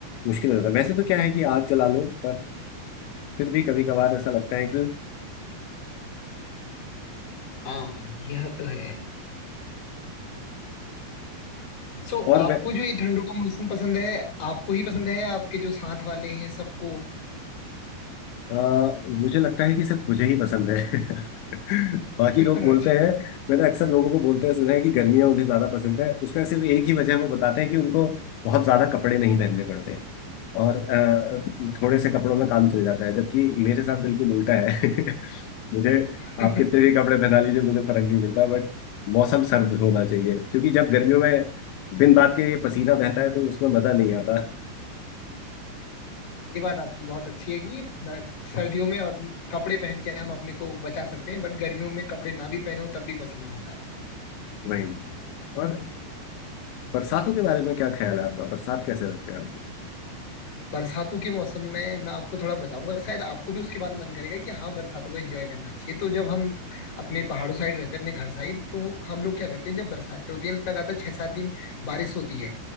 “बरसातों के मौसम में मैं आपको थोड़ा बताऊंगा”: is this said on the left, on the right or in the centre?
Left